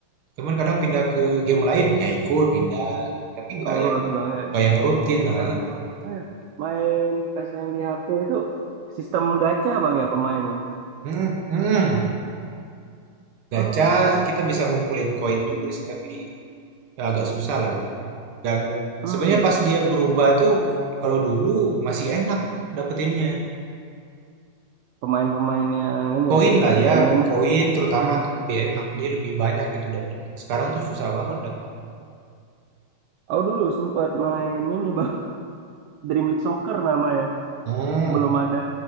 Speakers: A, on the right; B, on the right.
A: Cuman kadang pindah ke game lain, ya ikut pindah gitu. Tapi
B: ikut
A: nggak yang
B: bang ya.
A: nggak yang rutin, nah,
B: Tapi
A: nggak
B: abang
A: yang rutin
B: eh,
A: banget.
B: main PES yang di HP itu sistem gacha bang ya pemainnya.
A: Hmm, hmm. Gacha
B: Hmm.
A: kita bisa ngumpulin koin juga sih, tapi ya agak susah lah gitu. Dan
B: Hmm,
A: sebenarnya pas dia berubah tuh kalau dulu masih enak dapetinnya.
B: pemain-pemain yang ini
A: Koin
B: ya,
A: lah
B: yang kita
A: ya,
B: inginin.
A: koin terutama
B: Ya.
A: tuh lebih enak, dia lebih banyak gitu dapetnya. Sekarang tuh susah banget
B: Oh,
A: dapetin.
B: aku dulu sempat main ini bang, <laughs> Dream League Soccer namanya.
A: Hmm.
B: Sebelum ada